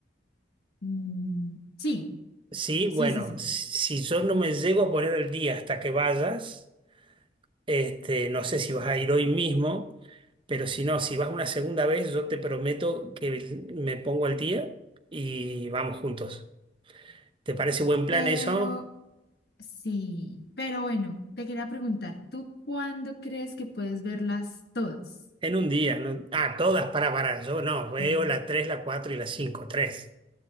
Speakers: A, on the left (about 55°); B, on the right (about 25°).
A: Mm, sí,
B: Sí, bueno,
A: sí, sí, sí.
B: si yo no me llego a poner al día hasta que vayas, este, no sé si vas a ir hoy mismo, pero si no, si vas una segunda vez, yo te prometo que me pongo al día y vamos juntos. ¿Te parece buen plan
A: Pero
B: eso?
A: Sí, pero bueno, te quería preguntar, ¿tú cuándo crees que puedes verlas todas?
B: En un día, ¿no? Ah, todas para, para, yo no, veo
A: Todas.
B: la 3, la 4 y la 5, 3.